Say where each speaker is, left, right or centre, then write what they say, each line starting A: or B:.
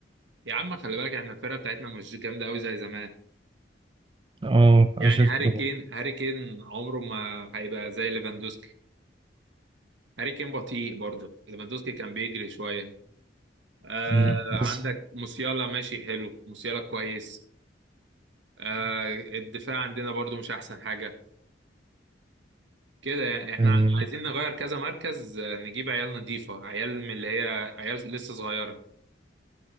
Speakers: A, on the right (about 75°); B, on the right (about 30°).
A: يا عم خلي بالك احنا الفرقه بتاعتنا مش جامده قوي زي زمان
B: اه انا
A: يعني
B: شايف
A: هاري
B: كده
A: كين
B: برضه
A: هاري كين عمره ما هيبقى زي ليفاندوسكي هاري كين بطيء برضه ليفاندوسكي كان بيجري شويه آه
B: مم. بس
A: عندك موسيالا ماشي حلو موسيالا كويس آه الدفاع عندنا برضه مش احسن حاجه كده يعني احنا
B: آه
A: عايزين نغير كذا مركز آه، نجيب عيال نضيفه عيال من اللي هي عيال لسه صغيره